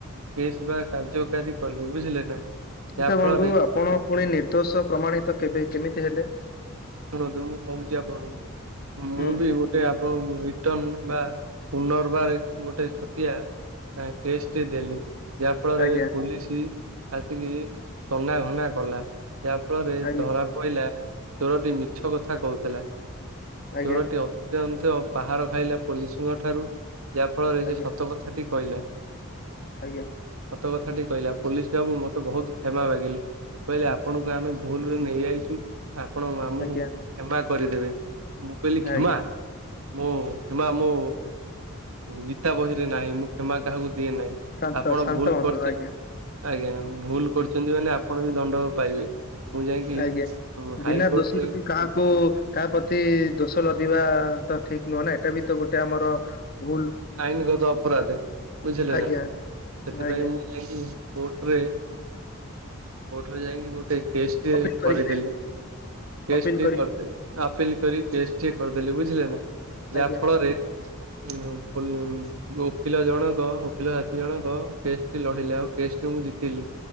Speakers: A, on the right; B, on the left.
A: ବସ୍ ବା କାର୍ଯ୍ୟକାରୀ କଲି ବୁଝିଲେ ନା
B: ଆଚଛା
A: ଯାହା ଫଳରେ
B: ବନ୍ଧୁ ଆପଣ ପୁଣି ନିର୍ଦ୍ଦୋଷ ପ୍ରମାଣିତ କେବେ କେମିତି ହେଲେ
A: ଶୁଣନ୍ତୁ ମୁଁ କହୁଛି ଆପଣଙ୍କୁ ମୁଁ
B: ହୁଁ
A: ବି ଗୋଟେ କଣ ରିଟଣ ବା ପୁନର୍ବାର ଗୋଟେ ଛୋଟିଆ ହଁ କେଷ୍ଟ ଦେଲି ଯାହା ଫଳରେ
B: ଆଜ୍ଞା
A: ପୋଲିସ ଆସିକି ତନାଘନା କଲା। ଯାହା ଫଳରେ
B: ଆଜ୍ଞା
A: ଧରା ପଡ଼ିଲା। ଚୋରଟି ମିଛ କଥା କହୁଥିଲା,
B: ଆଜ୍ଞା
A: ଚୋରଟି ନ୍ତ ପାହାର ଖାଇଲା ପୋଲିସଙ୍କ ଠାରୁ ଯାହା ଫଳରେ
B: ଆଜ୍ଞା
A: ସେ ସତ କଥାଟି କହିଲା।
B: ଆଜ୍ଞା।
A: ସତ କଥାଟି କହିଲା ପୋଲିସ୍ ବାବୁ ମତେ ବୋହୁତ୍ କ୍ଷମା ମାଗିଲେ। କହିଲେ ଆପଣଙ୍କୁ ଆମେ ଭୁଲ୍ରେ ନେଇଆଇଛୁ। ଆପଣ ଆମକୁ
B: ଆଜ୍ଞା
A: କ୍ଷମା କରିଦେବେ। ମୁଁ କହିଲି କ୍ଷମା
B: ଆଜ୍ଞା
A: ମୁଁ କ୍ଷମା ମୁଁ ଗୀତା ବହିରେ ନାହିଁ, ମୁଁ କ୍ଷମା କାହାକୁ ଦିଏ ନାହିଁ।
B: ଶାନ୍ତ
A: ଆପଣ
B: ଶାନ୍ତ
A: ଭୁଲ୍
B: ହୁଅନ୍ତୁ
A: କରିଛନ୍ତି,
B: ଆଜ୍ଞା
A: ଆଜ୍ଞା ଭୁଲ୍ କରୁ ଛନ୍ତି ମାନେ ଆପଣ ବି ଦଣ୍ଡ ପାଇବେ। ମୁଁ ଯାଇକି
B: ଆଜ୍ଞା
A: ହାଇକୋର୍ଟରେ
B: ବିନା ଦୋଷୀ ରୁଟି କାହାକୁ କାହା ପ୍ରତି ଦୋଷ ଲଦିବା ତ ଠିକ୍ ନୁହେଁ ନା, ଏଇଟା ବି ତ ଗୋଟେ ଆମର ଭୁଲ୍
A: ଆଇନଗତ ଅପରାଧୀ ବୁଝିଲେ
B: ଆଜ୍ଞା
A: ନା, ସେଥିପାଇଁ
B: ଆଜ୍ଞା
A: ମୁଁ ଯାଇଁକି କୋର୍ଟରେ କୋର୍ଟରେ ଯାଇଙ୍କି ଗୋଟେ କେସ୍ ଟେ
B: ଅପିଲ କରିକି
A: କରିଦେଲେ।
B: ଆଇଲେ
A: କେସ୍
B: ଅପିଲ
A: ଟି
B: କରିକି
A: କରିଦେଲେ। ଆପିଲ୍ କରି କେସ୍ ଚେକ୍ କରିଦେଲି, ବୁଝିଲେ ନା
B: ଆଜ୍ଞା
A: ଯାହା ଫଳରେ ଉ ପ ଓକିଲ ଜଣକ ଓକିଲ ସାଥୀ ଜଣକ କେସ୍ ଟି ଲଢିଲେ ଆଉ କେସ୍ ଟି ମୁଁ ଜିତିିଲି।